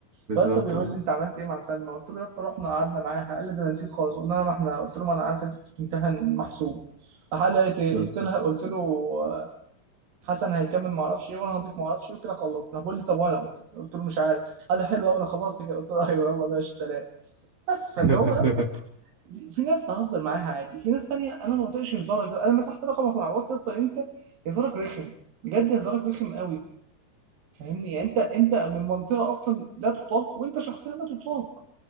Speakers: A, on the right; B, on the right.
A: بالظبط
B: فيا اسطى بيقول
A: اه
B: لي انت عملت ايه مع سلمى قلت له يا اسطى رحنا قعدنا معاها قال لي ده انا نسيت خالص قلنا انا ما احنا قلت له ما انا عارف انت كنت بتمتحن محسوب راح قال لي لقيت ايه
A: مم.
B: قلت لها قلت له آه، حسن هيكمل ما اعرفش ايه وانا هضيف ما اعرفش ايه وكده خلصت راح بيقول لي طب وانا قلت, قلت له مش عارف قال لي حلو قوي انا خلصت كده قلت له ايوه يلا ماشي سلام بس فاللي
A: <laughs>
B: هو يا اسطى في ناس تهزر معاها عادي في ناس تانية انا ما بطيقش هزارك انا مسحت رقمك من على الواتس يا اسطى انت هزارك رخم بجد هزارك رخم قوي فاهمني يعني انت انت من منطقه اصلا لا تطاق وانت شخصيا لا تطاق